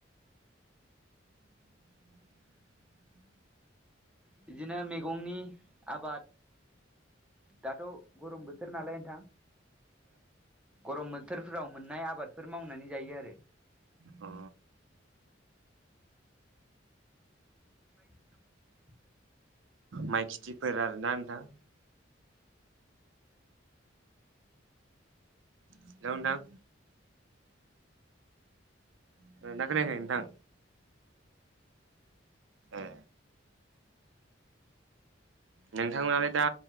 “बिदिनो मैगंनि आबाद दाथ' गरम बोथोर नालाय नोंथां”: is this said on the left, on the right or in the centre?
Centre